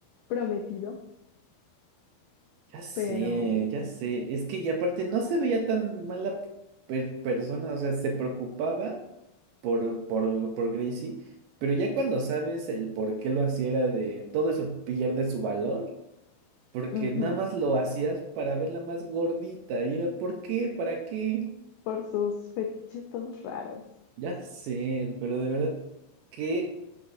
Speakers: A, on the left; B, on the right.
A: prometido.
B: ya sé,
A: pero
B: ya sé. Es que y aparte no se veía tan mala per- persona, o sea, se preocupaba por, por, por Gracie, pero ya cuando sabes el por qué lo hacía era de todo eso pierde su valor, porque
A: ujú,
B: nada más lo hacías para verla más gordita y era ¿por qué? ¿Para qué?
A: por sus fetiches todos raros.
B: Ya sé, pero de verdad, qué,